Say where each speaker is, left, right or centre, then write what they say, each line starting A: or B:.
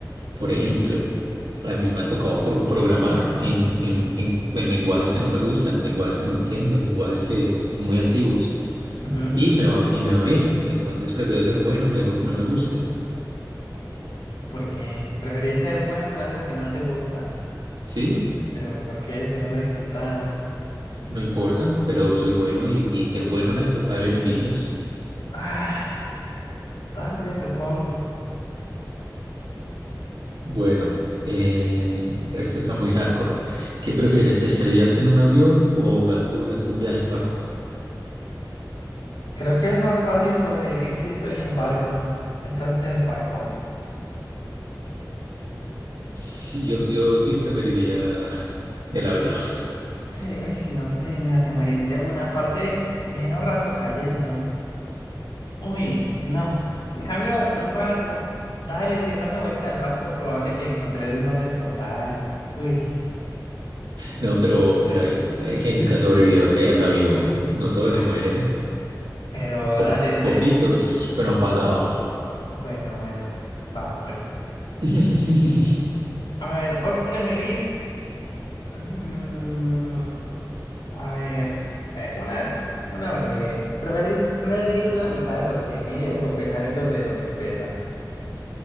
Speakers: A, on the right; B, on the left.
A: Por
B: Ujú,
A: ejemplo, a mí me ha tocado pro- programar en, en, en, en lenguajes que no me gustan, en lenguajes que no entiendo, en lenguajes que son muy antiguos
B: ujú.
A: y me va, y me va bien. Entonces prefiero ser bueno en algo que no me guste.
B: ¿Por qué? ¿Preferís ser bueno en algo que no te gusta?
A: Sí,
B: ¿Pero por qué si no lo disfrutas?
A: no importa, pero soy bueno y, y ser bueno en algo trae beneficios.
B: Ah, dale, supongo.
A: Bueno, eh, esta está muy hardcore. ¿Qué prefieres, estrellarte en un avión o ahogarte durante un viaje en barco?
B: Creo que es más fácil sobrevivir si estoy en barco. Entonces, barco.
A: Sí, yo, yo sí preferiría el avión.
B: Sí, uy, no sé, nena, te morís de una parte, mero rato cayendo. Uy, no. En cambio, en un barco, dale, si estás a vuelta al barco, probable que encontres en dónde flotar y... Uy, No.
A: No, pero, pero hay, hay gente que ha sobrevivido a caídas de avión. No todos
B: Ay,
A: se mueren.
B: pero
A: Po-
B: dale, de...
A: poquitos, pero han pasado.
B: Bueno, bueno, va pues.
A: <laughs>
B: A ver, ¿vos preferís... mm, a ver, eh, una, una breve. ¿Preferís medir la mitad de lo que mides o pesar el doble de lo que pesas?